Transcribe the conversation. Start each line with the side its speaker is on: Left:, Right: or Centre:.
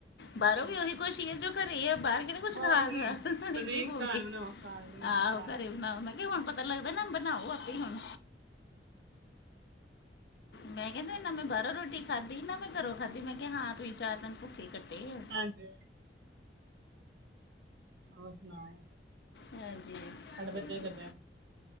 Left: ਬਾਹਰੋਂ
Right: ਹਾਂ
Left: ਵੀ ਉਹੀ ਖੁਸ਼ੀ ਹੈ, ਜੋ ਘਰੇ ਆ ਬਾਹਰ ਕਿਹੜਾ ਕੁਛ
Right: ਹੋਰ
Left: ਖਾਸ
Right: ਕੀ
Left: ਏਦਾ
Right: ਪਨੀਰ
Left: ਹੀ ਬੋਲਦੀ,
Right: ਘਰ ਬਣਾਓ ਘਰ ਬਣਾਓ
Left: ਆਹੋ
Right: ਘਰ
Left: ਘਰੇ ਮੈਂ ਕਿਹਾ ਹੁਣ ਪਤਾ ਲੱਗਦਾ ਨਾ, ਬਣਾਓ ਆਪੇ ਹੁਣ ਮੈਂ ਕਹਿੰਦਾ ਨਾ ਮੈਂ ਬਾਹਰੋਂ ਰੋਟੀ ਖਾਦੀ ਨਾ ਮੈਂ ਘਰੋਂ ਖਾਦੀ ਮੈਂ ਕਿਹਾ ਹਾਂ ਤੁਸੀਂ ਚਾਰ ਦਿਨ ਭੁੱਖੇ ਈ ਕਟੇ ਐ
Right: ਹਾਂਜੀ ਹੋਰ ਸੁਣਾਓ
Left: ਹਾਂਜੀ ਸਹੀ
Right: ਤੁਹਾਡੇ ਬੱਚੇ
Left: ਹੈ
Right: ਕਿੰਨੇ ਐ